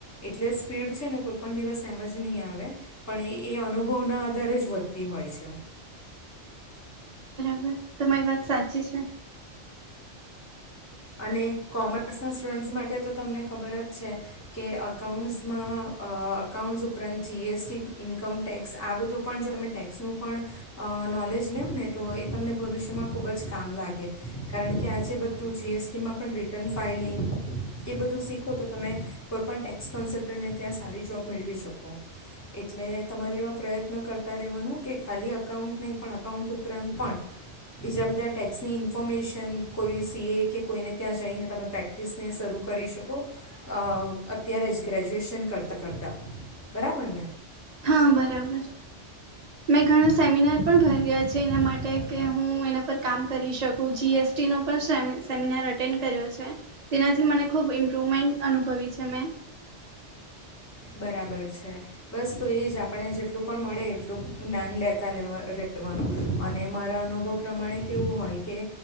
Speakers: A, on the left; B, on the right.
A: એટલે સ્પીડ છે ને કોઈ પણ દિવસ એમ જ નહીં આવે પણ એ એ અનુભવના આધારે જ વધ તી હોય છે
B: ર તમારી વાત સાચી છે
A: અને કોમર્સ ના સ્ટુડન્ટ માટે તો તમને ખબર જ છે કે અકાઉન્ટ્સમાં આ અકાઉન્ટ્સ ઉપરાંત જીએસટી ઇન્કમ ટેક્સ આ બધું પણ જો એમે ટેક્સનું પણ આ નોલેજ લેવં ને તો એ તમને ભવિષ્યમાં ખૂબ જ કામ લાગે કારણ કે આજે બધું જીએસટી જેમાં પણ રિટર્ન ફાઇલિંગ એ બધું શીખો તો તમે કોઈ પણ ટેક્સ કન્સલ્ટન્ટને ત્યાં સારી જોબ મેળવી શકો એટલે તમારે એવા પ્રયત્ન કરતાં રહેવાનું કે ખાલી અકાઉન્ટ નહીં પણ અકાઉન્ટ ઉપરાંત પણ બીજા બધા ટેક્સની ઇન્ફોર્મેશન કોઈ સીએ કે કોઈને ત્યાં જઈને તમે પ્રેક્ટિસને શરૂ કરી શકો અ અત્યારે જ ગ્રેજ્યુએશન કરતા કરતા બરાબર ને
B: હા બરાબર. મેં ઘણા સેમિનાર પણ ભર્યા છે એના માટે કે હું એના પર કામ કરી શકું જીએસટીનો પણ સેમી સેમિનાર એટેન્ડ કર્યો છે તેનાથી મને ખૂબ ઇમ્પ્રુવમેન્ટ અનુભવી છે મેં
A: બરાબર છે બસ તો એ જ આપણને જેટલું પણ મળે એટલું જ્ઞાન લેતા લેવા લેવાનું અને મારા અનુભવ પ્રમાણે કેવું હોય કે